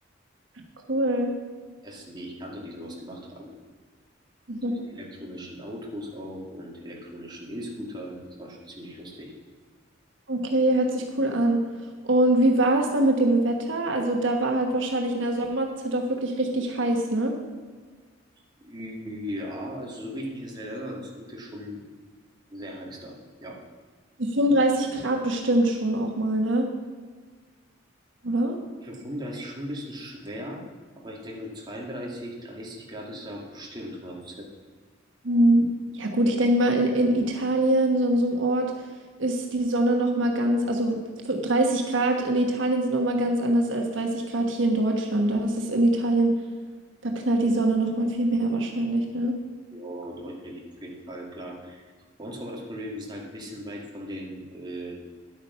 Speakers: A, on the right (about 20°); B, on the right (about 70°).
A: Das
B: cool.
A: waren so die ersten, die ich kannte, die sowas gemacht haben.
B: <laughs>
A: Mit solchen elektronischen Autos auch und elektronischen E-Scootern. Das war schon ziemlich lustig.
B: Okay, ja, hört sich cool an. Und wie war das dann mit dem Wetter? Also da war halt wahrscheinlich in der Sommerzeit auch wirklich richtig heiß, ne?
A: Ja, also so wie ich mich jetzt erinnere, das ist wirklich schon sehr heiß da. Ja.
B: Die 35 Grad bestimmt schon auch mal, ne? Oder?
A: Ich finde 35 schon ein bisschen schwer, aber ich denke so 32, 30 Grad ist da bestimmt 100
B: Mhm. Ja gut, ich denke mal, in, in Italien, so in so einem Ort, ist die Sonne noch mal ganz, also für 30 Grad in Italien sind noch mal ganz anders als 30 Grad hier in Deutschland. Da ist es in Italien, da knallt die Sonne noch mal viel mehr wahrscheinlich, ne?
A: Ja, deutlich, auf jeden Fall, klar. Bei uns war aber das Problem, wir sind halt ein bisschen weit von den, äh,